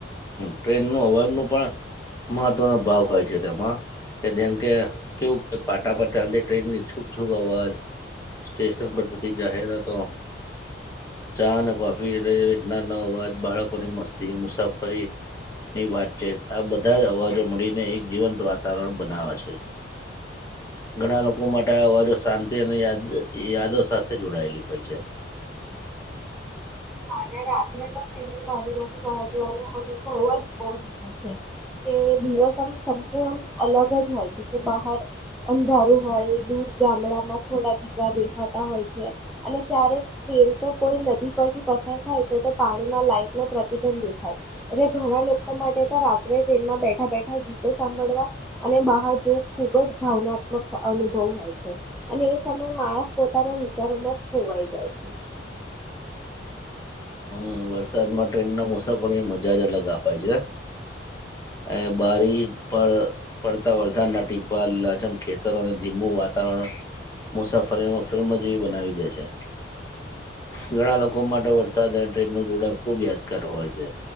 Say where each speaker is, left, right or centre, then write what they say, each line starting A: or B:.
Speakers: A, on the left; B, in the centre.
A: ટ્રેનનો અવાજનું પણ મહત્વનો ભાવ હોય છે તેમાં, કે જેમ કે કેવું કે પાટા પર ચાલતી ટ્રેનની છૂક છૂક અવાજ, સ્ટેશન પર થતી જાહેરાતો, ચા અને કોફી એ રીતનાનો અવાજ બાળકોની મસ્તી મુસાફરી ની વાતચીત, આ બધા જ અવાજો મળીને એક જીવંત વાતાવરણ બનાવે છે, ઘણા લોકો માટે આ અવાજો શાંતિ અને યાદ યાદો સાથે જોડાયેલી હોય છે.
B: હા ને રાત્રે તો ટ્રેનની બારીમાંથી બહાર જોવાનો અનુભવ જ બોહ જુદો છે. કે દિવસ આમ સંપૂર્ણ અલગ જ હોય છે, કે બહાર અંધારું હોય, દૂર ગામડામાં થોડા દીવા દેખાતા હોય છે, અને ક્યારેક ટ્રેન તો કોઈ નદી પરથી પસાર થાય તો તો પાણીમાં લાઈટનો પ્રતિબંધ દેખાય, એટલે ઘણા લોકો માટે તો રાત્રે ટ્રેનમાં બેઠા-બેઠા ગીતો સાંભળવા અને બહાર જોવું, ખૂબ જ ભાવનાત્મક અનુભવ હોય છે, અને એ સમયે માણસ પોતાના વિચારોમાં જ ખોવાઈ જાય છે.
A: હં, વરસાદમાં ટ્રેનના મુસાફરીની મઝા જ અલગ આ હોય છે, એ બારી પર પડતા વરસાદના ટીપા, લીલાંછમ ખેતરો અને ધીમું વાતાવરણ, મુસાફરી આમ ફિલ્મ જેવી બનાવી દે છે, ઘણા લોકો માટે વરસાદ ટ્રેનનું જોડાણ ખૂબ યાદગાર હોય છે,